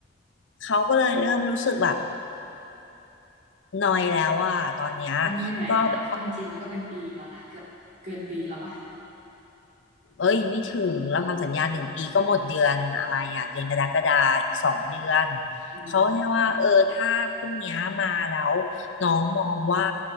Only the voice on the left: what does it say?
เขาก็เลยเริ่มรู้สึกแบบนอยแล้วอ่ะตอนเนี้ย
ก็ไป เอ้ยไม่ถึงเราทำสัญญาหนึ่งปีก็หมดเดือนอะไรอ่ะเดือนกรกฎาอีกสองเดือน
เขาแค่ว่าเออถ้าพรุ่งเนี้ยมาแล้วน้องมองว่า